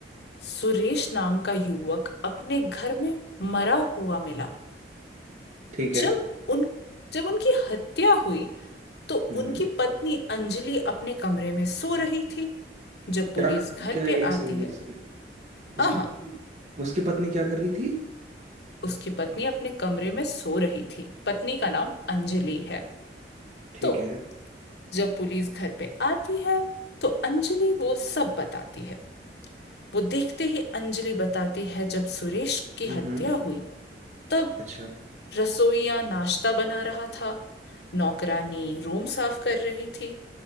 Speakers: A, on the left (about 65°); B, on the right (about 45°).
A: सुरेश नाम का युवक अपने घर में मरा हुआ मिला
B: ठीक है
A: जब उन जब उनकी हत्या हुई तो
B: हम्म
A: उनकी पत्नी अंजलि अपने कमरे में सो रही थी जब पुलिस
B: क्या
A: घर
B: क्या
A: पे
B: एक सेकेंड
A: आती है
B: एक सेकेंड उसकी
A: आहा
B: पत्नी उसकी पत्नी क्या कर रही थी
A: उसकी पत्नी अपने कमरे में सो रही थी पत्नी का नाम अंजलि है
B: ठीक
A: तो
B: है
A: जब पुलिस घर पे आती है तो अंजलि वो सब बताती है वो देखते ही अंजलि बताती है जब सुरेश की
B: हम्म
A: हत्या हुई तब
B: अच्छा
A: रसोईया नाश्ता बना रहा था नौकरानी रूम साफ कर रही थी